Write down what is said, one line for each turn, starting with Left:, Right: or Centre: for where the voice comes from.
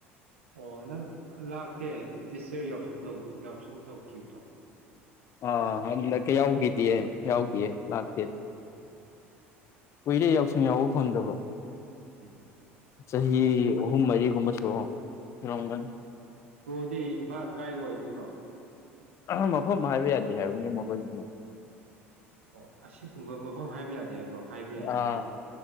Right: ꯑꯣ ꯅꯪ ꯂꯥꯛꯇꯦ ꯗꯤꯁꯔ ꯌꯥꯎꯁꯪꯧ ꯌꯥꯎꯁꯪ ꯇꯧꯈꯤꯕꯗꯣ
Left: ꯑ ꯍꯗꯀ ꯌꯥꯎꯒꯇꯑꯌꯦ ꯌꯥꯎꯗꯤꯌꯦ ꯂꯥꯛꯇꯦ ꯀꯨꯏꯔꯦ ꯌꯥꯎꯁꯪ ꯌꯥꯎꯕ ꯐꯪꯗꯕ
Right: ꯎꯝ
Left: ꯆꯍꯤ ꯑꯍꯨꯝ ꯃꯔꯤꯒꯨꯝꯕ ꯑꯣ ꯔꯣꯒꯜ
Right: ꯍꯗꯤ ꯏꯝꯐꯥꯜ ꯀꯥꯏ ꯑꯣꯏꯗꯣꯏꯅꯣ
Left: ꯑ ꯃꯐꯝ ꯍꯥꯏꯕ ꯌꯥꯗꯦ ꯍꯥꯏꯕꯅꯤ ꯃꯐꯝꯁꯤ
Right: ꯑꯣ ꯑꯁꯤꯒꯨꯝꯕ ꯃꯐꯝ ꯍꯥꯏꯕ ꯌꯥꯗꯦ ꯍꯥꯏꯕ꯭ꯔꯣ ꯍꯥꯏꯕ ꯌꯥꯏ
Left: ꯑꯥ
Right: ꯍꯥꯏꯅꯤ